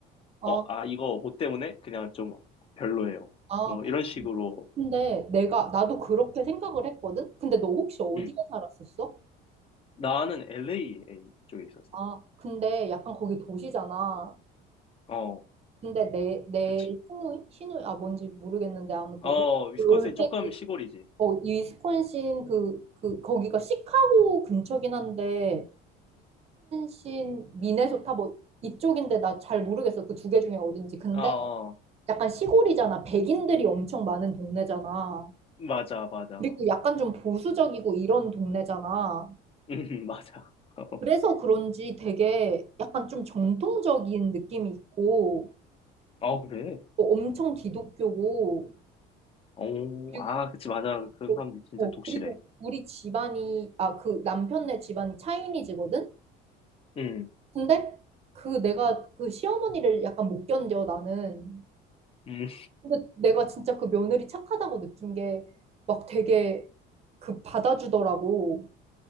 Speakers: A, on the right; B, on the left.
A: 아,
B: 어, 아, 이거 뭐 때문에 그냥 좀 별로예요.
A: 아.
B: 뭐 이런 식으로,
A: 근데 내가, 나도 그렇게 생각을 했거든? 근데 너 혹시 어디에
B: 응.
A: 살았었어?
B: 나는 LA 쪽에 있었어.
A: 아, 근데 약간 거기 도시잖아.
B: 어,
A: 근데 내, 내,
B: 그치.
A: 시누이? 시누이? 아, 뭔지 모르겠는데, 아무튼,
B: 어, 위스콘신
A: 올테키,
B: 조금 시골이지.
A: 어, 위스콘신 그, 그, 거기가 시카고 근처긴 한데, 위스콘신, 미네소타 뭐, 이쪽인데 나 잘 모르겠어. 그 두 개 중에 어딘지. 근데
B: 어, 어.
A: 약간 시골이잖아. 백인들이 엄청 많은 동네잖아.
B: 맞아, 맞아.
A: 그리고 약간 좀 보수적이고 이런 동네잖아.
B: <laughs> 음, 맞아. <laughs>
A: 그래서 그런지 되게 약간 좀 전통적인 느낌이 있고,
B: 어, 그래.
A: 어, 엄청 기독교고
B: 오,
A: 그리고
B: 아, 그치, 맞아. 그런
A: 또-
B: 사람들 진짜
A: 어,
B: 독실해.
A: 그리고 우리 집안이 아 그 남편네 집안이 차이니즈거든.
B: 응,
A: 근데 그 내가 그 시어머니를 약간 못 견뎌 나는.
B: 음,
A: 근데 내가 진짜 그 며느리 착하다고 느낀 게 막 되게 그 받아주더라고.